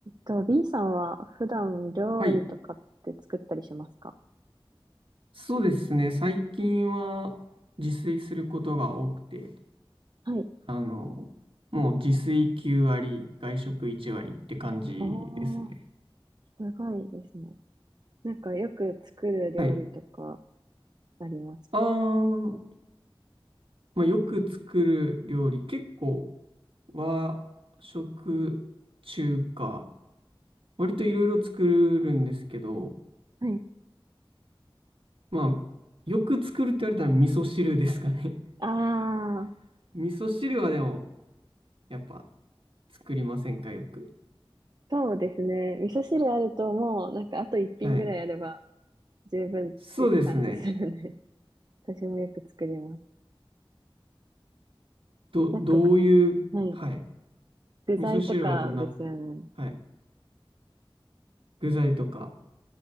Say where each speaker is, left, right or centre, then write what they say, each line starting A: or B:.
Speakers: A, on the right; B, on the right.
A: と、B さんは普段料理とかって作ったりしますか
B: はい。そうですね。最近は自炊することが多くて、
A: はい。
B: あの、もう自炊9割、外食1割って感じですね。
A: ああ、すごいですね。なんかよく作る料理とか
B: はい。
A: ありますか
B: あー、まあ、よく作る料理、結構和食、中華、割といろいろ作るんですけど、
A: はい。
B: まあ、よく作るって言われたら味噌汁ですかね。
A: ああ、
B: <laughs> 味噌汁はでも、やっぱ作りませんか、よく。
A: そうですね。味噌汁あるともう、なんかあと一品ぐらいあれば
B: はい。
A: 十分っていう感じするんで、
B: そうですね。
A: <laughs> 私もよく作ります。
B: ど、
A: なんかぐ、
B: どういう、
A: はい。
B: はい。
A: 具材とかですよね。
B: 味噌汁はどんな、はい。具材とか。